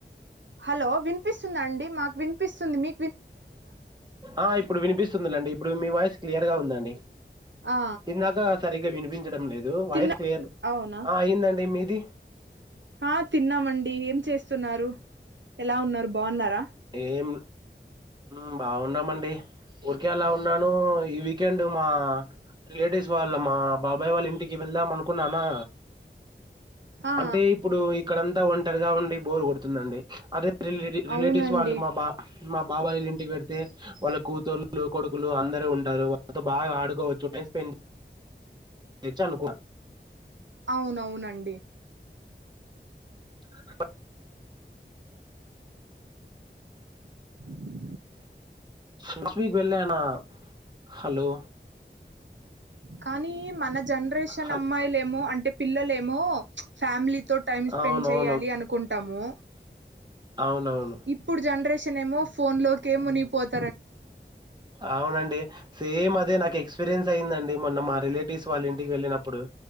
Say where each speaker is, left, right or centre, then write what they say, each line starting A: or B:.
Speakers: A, on the right; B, on the right.
A: హలో విన్పిస్తుందా అండి మాకు విన్పిస్తుంది మీ
B: ఆ ఇప్పుడు వినిపిస్తుంది లేండి ఇప్పుడు మీ వాయిస్ క్లియర్ గా ఉందండి
A: ఆ
B: ఇందాక సరిగ్గా వినిపించడం లేదు వాయిస్
A: తిన్నా
B: క్లియర్
A: అవునా
B: ఆ అయిందండి మీది
A: ఆ తిన్నామండి ఏం చేస్తున్నారు? ఎలా ఉన్నరు బావున్నరా?
B: ఏం, మ్ బాగున్నామండి ఉర్కే అలా ఉన్నాను ఈ వీకెండ్ మా రిలేటివ్స్ వాళ్ళ మా బాబాయ్ వాళ్ళ ఇంటికి వెళ్దాం అనుకున్నానా
A: ఆ
B: అంటే ఇప్పుడు ఇక్కడంత ఒంటరిగా ఉండి బోర్ కొడుతుందండి అదే రిల్ రి రీ రిలేటివ్స్
A: అవునండి
B: వాళ్ళు మా బా మా బాబాయిలింట్ ఇంటికి వేడితే వాళ్ళ కూతుళ్ళు, కొడుకులు అందరు ఉంటారు వాళ్ళతో బాగా ఆడుకోవచ్చు టైం స్పెండ్ చ్చాలు కూడా
A: అవునవునండి
B: <unintelligible>
A: <inaudible>
B: లాస్ట్ వీక్ వెళ్ళానా, హలో
A: కనీ మన జనరేషన్
B: హల్
A: అమ్మాయిలేమో అంటే పిల్లలేమో ఫ్యామిలీతో టైమ్ స్పెండ్
B: అవునవును.
A: చేయాలి అనుకుంటాము
B: అవునవును.
A: ఇప్పుడు జనరేషన్ ఏమో ఫోన్ లోకే మునిగిపోత్
B: అవునండి సేమ్ అదే నాకు ఎక్స్పీరియన్స్ అయ్యిందండి మొన్న మా రిలేటివ్స్ వాళ్ళ ఇంటికి వెళ్ళినప్పుడు